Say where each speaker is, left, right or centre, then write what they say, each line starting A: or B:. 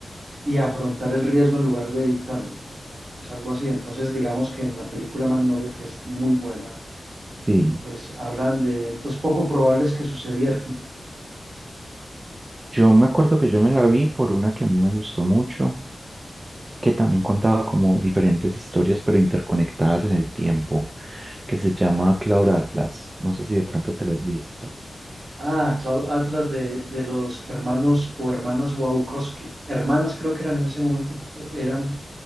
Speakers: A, on the right (about 60°); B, on the right (about 30°).
A: y a afrontar el riesgo en lugar de evitarlo. Es algo así. Entonces, digamos que en la película Magnolia, que es muy buena,
B: sí.
A: pues hablan de eventos poco probables que sucedieron.
B: Yo me acuerdo que yo me la vi por una que a mí me gustó mucho. que también contaba como diferentes historias, pero interconectadas en el tiempo, que se llama Cloud Atlas. No sé si de pronto te la has visto.
A: Ah, Cloud Atlas de, de los hermanos o hermanas Wachowski. Hermanas creo que eran en ese momento, eh, eran